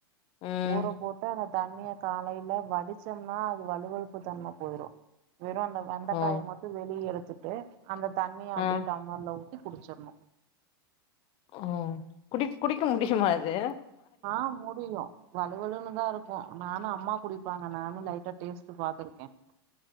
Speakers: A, on the left; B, on the right.
A: ம்
B: ஊற போட்டு தண்ணிய காலையில வடிச்சோம்னா அது வலுவலுப்பு தன்மை போயிரும் வெறும் அந்த வெந்தைக்காய
A: ஓ
B: மட்டும் வெளிய எடு த்துட்டு அந்த தண்ணிய அப்டியே
A: ஆ
B: டம்மளார்ல ஊத் தி குடிச்சிடணும்
A: ம் குடி குடிக்க முடிக்குமா இது
B: ஆ முடியும் வலுவலுன்னு தான் இருக் கும் நானும் அம்மா குடிப்பாங்க நானும் லைட்டா டேஸ்ட்டு பாத்துருக்கேன்